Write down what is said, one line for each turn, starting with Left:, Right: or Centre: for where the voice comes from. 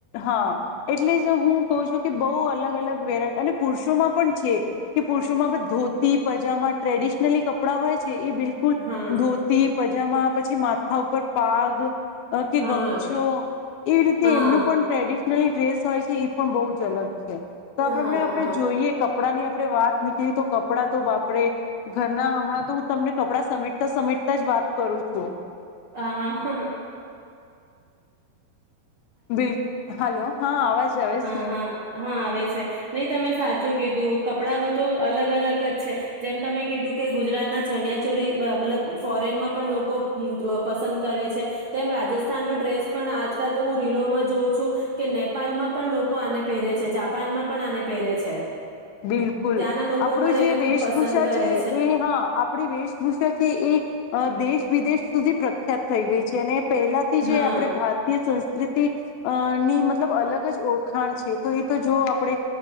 Left: હા. એટલે જ હું કઉ છું કે બહુ અલગ-અલગ વેરાયટી અને પુરુષોમાં પણ છે કે પુરુષોમાં ધોતી પજામા ટ્રેડિશનલી કપડાં હોય છે એ બિલકુલ
Right: હા
Left: ધોતી પજામા પછી માથા ઉપર પાગ કે
Right: હા
Left: ગમછો એવી રીતે
Right: હા
Left: એમનું પણ ટ્રેડિશનલી ડ્રેસ હોય એ પણ બહુ જ અલગ તો આ
Right: હા
Left: પ્રમાણે આપણે જોઈએ કપડા ની આપણે વાત નીકળી તો કપડાં તો બાપરે ઘરના હમણાં તો હુ તમને કપડા સમેટતા સમેટ જ વાત કરું છું.
Right: હા. હા. હ
Left: બિલ. હલો હા અવાજ આવે
Right: હા
Left: છે.
Right: હા હા આવે છે નહી તમે સાચું કીધું કપડાનું હતો અલગ અલગ જ છે જેમ તમે કીધું કે ગુજરાત ના ચણિયા ચોરી મતલબ ફોરેનમાં પણ લોકો પસંદ કરે છે તેમ રાજસ્થાનનો ડ્રેસ પણ આજ આ કલ તો હું રીલોમાં જોઉં છું કે નેપાલમાં પણ લોકો આને પહેરે છે. જાપાનમાં પણ આને પહેરે છે.
Left: બિલકુલ
Right: ત્યાંના લોકો
Left: આપડો
Right: પણ
Left: જે
Right: એને ખૂબ
Left: વેશભૂષા
Right: પસંદ કરે
Left: છે એ હા આપણી વેશભૂષા છે એ અ દેશ વિદેશ સુઘી પ્રખ્યાત થઈ ગઈ છે. જેને પહેલાથી જે
Right: હા
Left: આપણે ભારતીય સંસ્કૃતિ કે અ ની મતલબ અલગ જ ઓળખાણ છે. તો એ તો જો આપણે